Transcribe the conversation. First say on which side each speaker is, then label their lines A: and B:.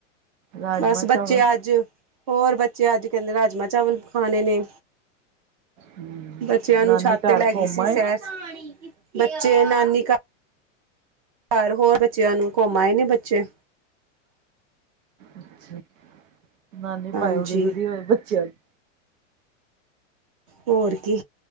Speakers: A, on the right (about 85°); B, on the right (about 30°).
A: ਰਾਜਮਾਂ
B: ਬਸ
A: ਚਾਵਲ
B: ਬੱਚੇ ਅੱਜ ਹੋਰ ਬੱਚੇ ਅੱਜ ਕਹਿੰਦੇ ਰਾਜਮਾ, ਚਾਵਲ ਖਾਣੇ ਨੇ,
A: ਹਮ
B: ਬੱਚਿਆਂ
A: ਨਾਨੀ
B: ਨੂੰ ਛੱਤ
A: ਘਰ
B: ਤੇ ਲੈ ਗਈ
A: ਘੁੰਮ
B: ਸੀ,
A: ਆਏ
B: ਸੈਰ ਬੱਚੇ ਨਾਨੀ ਘਰ ਹੋਰ ਬੱਚਿਆਂ ਨੂੰ ਘੁੰਮਾਏ ਨੇ ਬੱਚੇ,
A: ਅੱਛਾ, ਨਾਨੀ
B: ਹਾਂਜੀ
A: ਭਾਵੇਂ ਉਡੀਕਦੀ ਹੋਵੇ ਬੱਚਿਆਂ ਦੀ।
B: ਹੋਰ ਕੀ